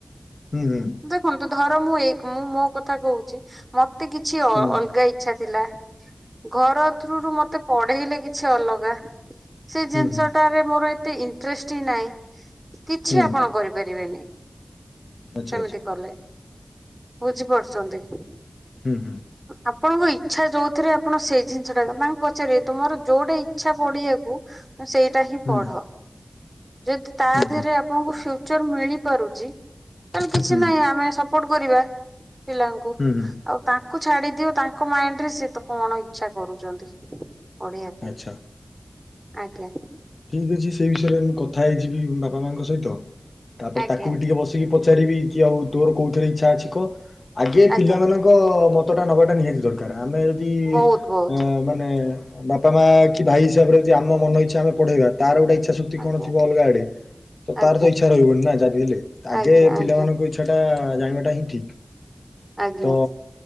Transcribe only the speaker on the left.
ହୁଁ ହୁଁ।
ହୁଁ
ହୁଁ ହୁଁ
ହୁଁ
ଆଚ୍ଛା
ଆଚ୍ଛା
ହୁଁ ହୁଁ।
ହୁଁ
ହୁଁ
ହୁଁ
ହୁଁ ହୁଁ
ଆଚ୍ଛା
ଠିକ୍ ଅଛି, ସେଇ ବିଷୟରେ ମୁଁ କଥା ହେଇଯିବି ବାପା ମାଙ୍କ ସହିତ, ତାପରେ
ତାକୁ ବି ଟିକେ ବସ ପଚାରିବି କି ଆଉ ତୋର କୋଉଥିରେ ଇଛା ଅଛି କହ। ଆଗେ
ପିଲାମାନଙ୍କ ମ ମତଟା ନବାଟା ନିହାତି ଦରକାର। ଆମେ ଯଦି
ଆ ମାନେ ବାପା ମା କି ଭାଇ ହିସାବରେ ଜଦୀ ଆମ ମନ ଇଛା ଆମେପଢେଇବା ତାର ଗୋଟେଇଛା ସକ୍ତି
କଣ ଥିବ ଅଲଗା ଆଡେ,
ତାର ତ ଇଛା ରହିବନି ନା ଯାହା ବି ହେଲେ,
ଆଗେ
ପିଲାମାନଙ୍କ ଇଚ୍ଛା ସେଟା ଜାଣିବାଟା ହିଁ ଠିକ୍,
ତ